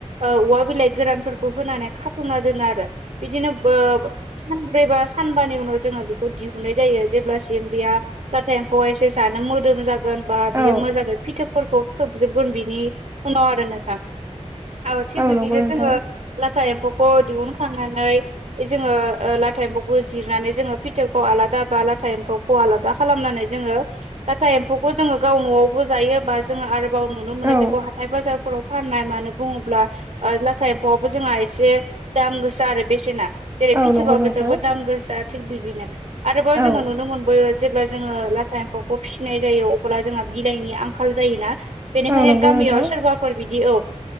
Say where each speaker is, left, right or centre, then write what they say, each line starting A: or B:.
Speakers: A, on the right; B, on the right.
A: औवा बिलाइ गोरानफोरखौ होनानै खाथुमना दोनो आरो। बिदिनो बो सानब्रैबा सानबानि उनाव जोङो बेखौ दिहुनाय जायो जेब्लासिम बेया लाथा एम्फौआ एसे जानो मोदोम जा गोनबा
B: औ
A: बियो
B: औ
A: मोजाङै फिथोबफोरखौ थोबजोबगोन बिनि उनाव आरो नोंथां। औ थिग बिदिनो
B: नंगौ नोंथां
A: जोङो लाथा एम्फौखौ दिहुनखांनानै जोङो लाथा एम्फौखौ जिरनानै जोङो फिथौखौ आलादा बा लाथा एम्फौ ख आलादा खालामनानै जोङो लाथा एम्फौखौ जोङो गाव न'आवबो जायोबा जोङो आरो बाव नुनो मोनो
B: औ
A: बेखौ हाथाय बाजारफोराव फाननाय मानो बुङोब्ला ओ लाथा एम्फौआवबो जोंहा एसे दाम गोसा आरो बेसेना। जेरै
B: औ
A: फिथोबाबो
B: नंगौ नोंथां
A: जोबोद दाम गोसा थिग बिदिनो आरोबाव
B: औ
A: जोङो नुनो मोनबो जेब्ला जोङो लाथा एम्फौखौ फिसिनाय जायो अब्ला जोंहा बिलाइनि आंखाल जायोना बेनिखायनो
B: औ नंगौ
A: गामियाव
B: नोंथां
A: सोरबाफोर बिदि औ